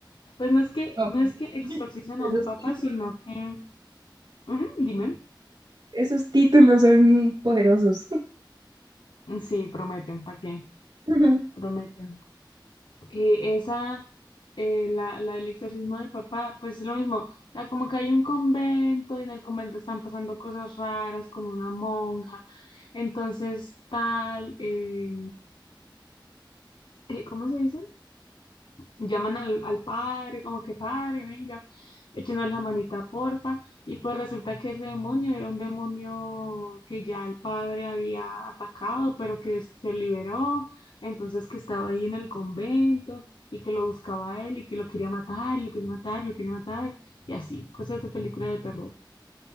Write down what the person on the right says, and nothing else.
Ok.
Esos
títulos,
esos títulos son poderosos.
<laughs>